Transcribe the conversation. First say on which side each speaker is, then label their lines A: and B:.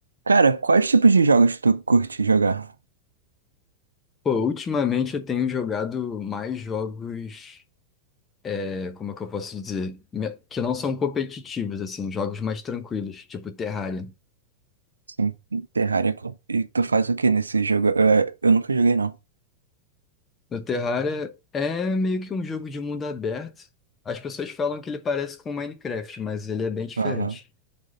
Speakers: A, on the right; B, on the left.
A: Cara, quais tipos de jogos tu curte jogar?
B: Pô, ultimamente eu tenho jogado mais jogos, é, como é que eu posso dizer? Me- Que não são competitivos, assim, jogos mais tranquilos, tipo Terraria.
A: Sim, Terraria. pô. E tu faz o que nesse jogo? Eu, eu nunca joguei, não.
B: No Terraria é meio que um jogo de mundo aberto. As pessoas falam que ele parece com Minecraft, mas ele é bem diferente.
A: Aham,